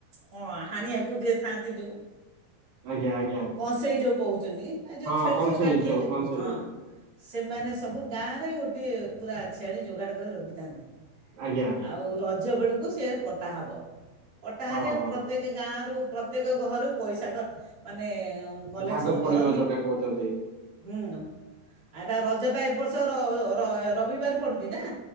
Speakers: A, on the right (about 30°); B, on the right (about 50°).
A: ହଁ ହାଣିିବାକୁ ଯିଏ ଥାଆନ୍ତି ଯୋଉ
B: ଆଜ୍ଞା ଆଜ୍ଞା
A: କଂସେଇ ଯୋଉ କହୁଛନ୍ତି। ଏ ଯୋଉ
B: ହଁ
A: ଛେଳି
B: କଣ
A: ସବୁ
B: ସେଇ
A: କାଟିଲେ ଯୋଉ
B: କଣ ସେଇ
A: ହଁ। ସେମାନେ ସବୁ ଗାଁରେ ଗୋଟିଏ ପୁରା ଛେଳି ଯୋଗାଡ଼ କରି ରଖିଥାନ୍ତି।
B: ଆଜ୍ଞା
A: ଆଉ ରଜ ବେଳୁକୁ ସେ କଟା ହେବ। କଟା ହେଲେ।
B: ହଁ ହଁ
A: ପ୍ରତ୍ୟେକେ ଗାଁରୁ ପ୍ରତ୍ୟେକ ଘରୁ ପଇସା କ୍ ମାନେ କଲେକ୍ସନ୍
B: ଭାଗ ପଡ଼ିବ
A: କରନ୍ତି
B: ଯୋଉଟା କହୁଚନ୍ତି।
A: ହୁଁ। ଆଉ ତା ରଜଟା ଏବର୍ଷ ର ର ର୍ ରବିବାରେ ପଡ଼ୁଛି ନା?